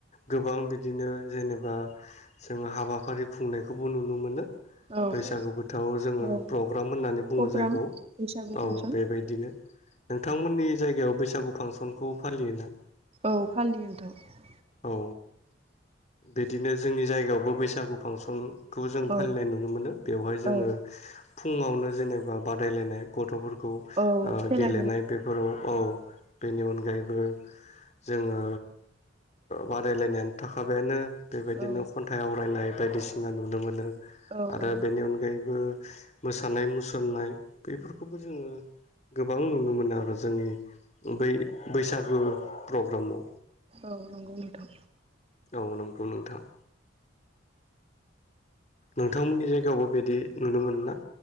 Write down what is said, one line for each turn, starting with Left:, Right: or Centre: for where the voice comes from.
Left: गोबां बिदिनो जेनेबा जों हाबाफारि खुंनायखौबो नुनो मोनो।
Right: औ
Left: बैसागु बोथाव जोङो
Right: औ
Left: प्रग्राम होननानै बुङो
Right: प्रग्राम
Left: जायखौ
Right: बैसागु फांसन
Left: औ बेबायदिनो नोंथांमोननि जायगायाव बैसागु फांसनखौ फालियोना?
Right: औ फानलियोथ'।
Left: औ बिदिनो जोंनि जायगायावबो बैसागु फांसन खौ जों
Right: औ
Left: फालिनाय नुनो मोनो बेवहाय जोङो
Right: औ
Left: फुङावनो जेनेबा बादायलायनाय गथ'फोर खौ
Right: औ
Left: ओ
Right: खेला
Left: गेलेनाय बेफोराव औ बेनि उन अनगायैबो जोङो बादायलायनाय थाखाबायानो बेबायदिनो
Right: औ
Left: खन्थाइ आवरायनाय बायदिसिना नुनो मोनो।
Right: औ
Left: आरो
Right: औ
Left: बेनि अनगायै ओ मोसानाय मुसुरनाय बेफोरखौबो जोङो गोबां नुनो मोनो आरो जोंनि बै बै बैसागु प्रग्रामाव
Right: औ नंगौ नोंथां
Left: औ नंगौ नोंथां। नोंथांमोननि जायगायावबो बिदि नुनो मोनो ना?